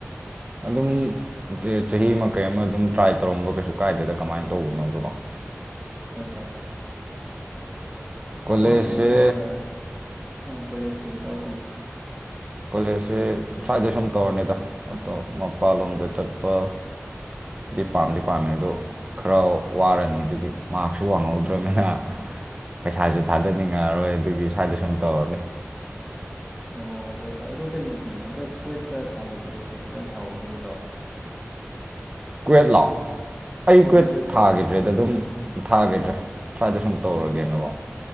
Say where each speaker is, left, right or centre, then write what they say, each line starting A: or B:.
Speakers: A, on the right; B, in the centre.
A: ꯑꯗꯨꯝ ꯆꯍꯤ ꯑꯃ ꯀꯩ ꯑꯃ ꯑꯗꯨꯝ ꯇ꯭ꯔꯥꯏ ꯇꯧꯔꯝꯕ ꯀꯩꯁꯨ ꯀꯥꯏꯗꯦꯗ ꯀꯃꯥꯏꯅ ꯇꯧꯕꯅꯣꯗꯀꯣ
B: ꯍꯇꯥ
A: ꯀꯣꯂꯦꯖꯁꯦ
B: ꯀꯣ ꯀ ꯅꯣꯗꯤ ꯑ ꯀꯣꯂꯦꯖꯇꯨ ꯏ ꯇꯥꯎꯈꯤ
A: ꯀꯣꯂꯦꯖꯁꯦ ꯁ꯭ꯋꯥꯏꯗ ꯁꯨꯝ ꯇꯧꯔꯅꯤꯗ ꯑꯗꯣ ꯃꯄꯥꯟꯂꯣꯝꯗ ꯆꯠꯄꯗꯤ ꯄꯥꯝꯗꯦ ꯄꯥꯝꯃꯦ ꯑꯗꯣ ꯈꯔ ꯋꯥꯔꯅꯤ ꯑꯗꯨꯒꯤ ꯃꯥꯔꯛꯁꯨ ꯋꯥꯡꯍꯧꯗ꯭ꯔꯕꯅꯤꯅ ꯄꯩꯁꯥꯁꯨ ꯊꯥꯗꯅꯤꯡꯉꯛꯑꯔꯣꯏ ꯑꯗꯨꯒꯤ ꯁꯗꯁꯟ ꯇꯧꯔꯅꯤ
B: ꯑꯣ ꯍꯣꯏꯗꯣ ꯑꯗꯣ ꯀꯩꯅꯣꯗꯤ ꯍꯟꯇꯛ ꯀ꯭ꯋꯦꯠꯀ ꯊꯥꯈꯤꯕꯗꯨꯣ ꯀꯩꯝꯇ ꯊꯥꯍꯧꯗ꯭ꯔꯣꯩꯗꯣ
A: ꯀ꯭ꯋꯦꯠꯂꯣ ꯑꯩ
B: ꯍꯣꯏ
A: ꯀꯋꯦꯠ
B: ꯀ꯭ꯋꯦꯠꯀ
A: ꯊꯥꯒꯤꯗ꯭ꯔꯦꯗ ꯑꯗꯨꯝ ꯊꯥꯒꯤꯗ꯭ꯔꯦ ꯁ꯭ꯋꯥꯏꯗ ꯁꯨꯝ ꯇꯧꯔꯒꯦꯅꯀꯣ
B: ꯑꯣ